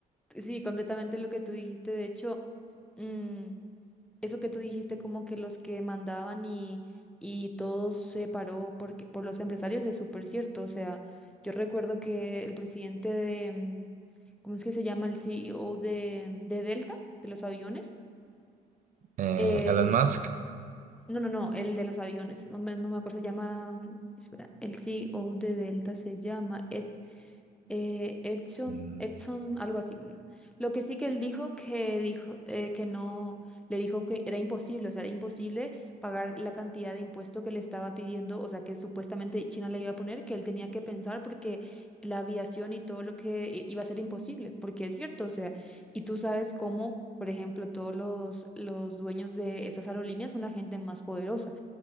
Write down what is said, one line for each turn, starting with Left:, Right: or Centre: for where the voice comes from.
Centre: Sí, completamente lo que tú dijiste. De hecho, mm, eso que tú dijiste, como que los que mandaban y, y todo se paró porque, por los empresarios, es súper cierto. O sea, yo recuerdo que el presidente de, mm, ¿cómo es que se llama? El CEO de, mm, de Delta, de los aviones.
Right: Eh,
Centre: Eh,
Right: Elon Musk.
Centre: no, no, no, el de los aviones. No me, no me acuerdo, se llama, mm, espera, el CEO de Delta se llama Ed eh, Edson,
Right: mm,
Centre: Edson, algo así, bueno. Lo que sí que él dijo que dijo eh, que no, le dijo que era imposible, o sea, era imposible pagar la cantidad de impuesto que le estaba pidiendo, o sea, que supuestamente China le iba a poner, que él tenía que pensar porque la aviación y todo lo que i- iba a ser imposible, porque es cierto, o sea, y tú sabes cómo, por ejemplo, todos los, los dueños de esas aerolíneas son la gente más poderosa,